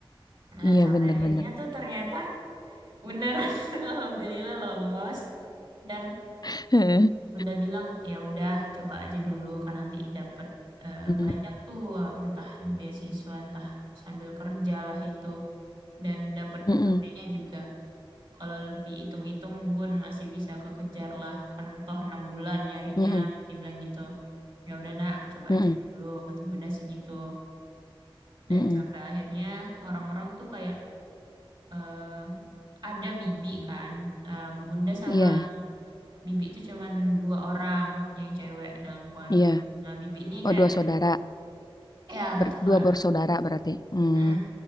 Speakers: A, on the right; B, on the left.
A: Nah,
B: Iya
A: sampai
B: benar
A: akhirnya
B: benar.
A: tuh ternyata beneran <laughs> alhamdulillah lolos dan
B: <laughs>
A: Bunda bilang ya udah coba aja dulu kan nanti dapet eh,
B: Mm-mm.
A: banyak tuh eh, entah beasiswa entah sambil kerja lah itu dan dapet
B: Mm-mm.
A: UKT-nya juga. Kalau lebih hitung-hitung Bun masih bisa kekejar lah kan toh enam bulan nyarinya
B: Mm-mm,
A: lebih bilang gitu. Ya udah nak coba
B: mm-mm,
A: aja dulu kata Bunda sih gitu. dan
B: mm-mm.
A: sampai akhirnya orang-orang tuh kayak eh, ada bibi kan Nah, bunda sama
B: Iya,
A: bibi itu cuman dua orang yang cewek dalam keluarga
B: iya.
A: nah bibi ini
B: Oh,
A: kayak
B: dua saudara,
A: ya betul
B: Ber- dua
A: kak
B: bersaudara berarti. Hmm,
A: Mm.